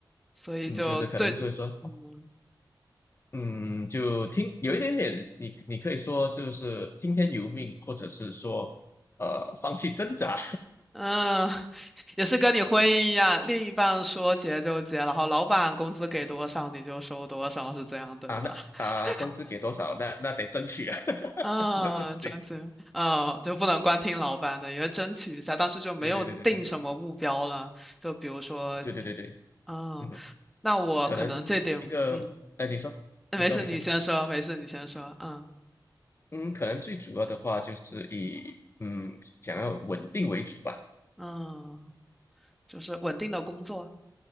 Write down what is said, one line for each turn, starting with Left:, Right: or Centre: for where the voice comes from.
Centre: 所以就对，
Left: 嗯，就是可能就是说，
Centre: 嗯。
Left: 嗯，就听有一点点，你你可以说就是听天由命，或者是说呃放弃挣扎
Centre: 嗯，也是跟你婚姻一样，另一半说结就结，然后老板工资给多少你就收多少，是这样对吗？
Left: <laughs> 啊，那啊工资给多少，
Centre: <laughs>
Left: 那那得争取啊，<laughs>
Centre: 嗯，
Left: 那不行。
Centre: 争取，嗯，就不能光听老板的，也要争取一下，但是就没有定什么目标了。
Left: 对对对对对。
Centre: 就比如说，
Left: 对对对对，
Centre: 嗯，
Left: 嗯哼
Centre: 那我可能这点，
Left: 可能一个，
Centre: 嗯，
Left: 哎，你说，
Centre: 那没事，
Left: 你说，你说，
Centre: 你先说，没事，你先说，嗯
Left: 嗯，可能最主要的话就是以嗯想要稳定为主吧，
Centre: 嗯，就是稳定的工作，